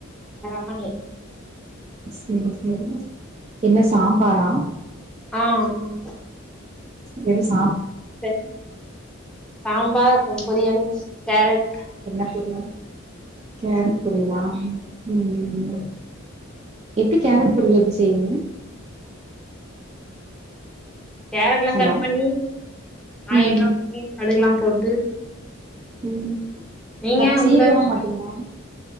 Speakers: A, in the centre; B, on the right.
A: ரமணி
B: செரி செரி என்ன சாம்பாரா
A: ஆ ஆமா
B: வெறுஸ்
A: த சாம்பார் கொஞ் பொரியல் கேரட்
B: துருவ கேரட் பொரியலா உம் ம் எப்டி கேரட் பொரியல் எப்டி செய்விங்க
A: கேரட்லா
B: ஹலோ
A: கட் பண்ணி ஆயில்லா
B: ம்
A: ஊத்தி கடுகுலா போட்டு
B: உம்
A: நீங்க
B: கட் சீவல்லா
A: உங்க
B: மாட்டீங்ளா